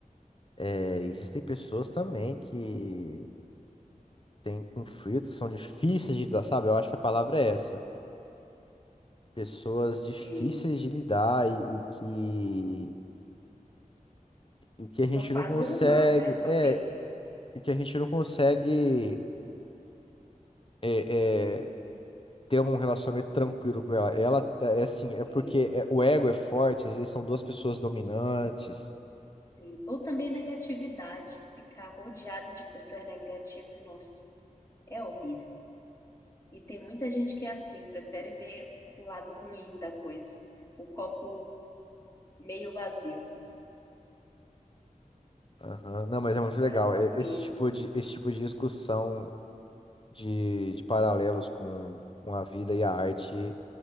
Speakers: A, on the left (about 40°); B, on the left (about 20°).
A: é, existem pessoas também que têm conflitos que são difíceis de lidar, sabe? Eu acho que a palavra é essa. Pessoas difíceis
B: Sim,
A: de lidar e, e que, e que a gente
B: só fazer
A: não consegue,
B: o mal, né? Só
A: é,
B: pe...
A: e que a gente não consegue é, é, ter um relacionamento tranquilo com ela. Ela tá, é assim, é
B: é,
A: porque é- o ego é forte, às vezes são duas pessoas dominantes.
B: sim. Ou também negatividade, ficar rodeado de pessoas negativas, nossa, é horrível. E tem muita gente que é assim, prefere ver o lado ruim da coisa, o copo meio vazio.
A: Aham. Não, mas é muito
B: É
A: legal.
B: uma
A: É-
B: pena.
A: Esse tipo de, esse tipo de discussão de, de paralelos com, com a vida e a arte,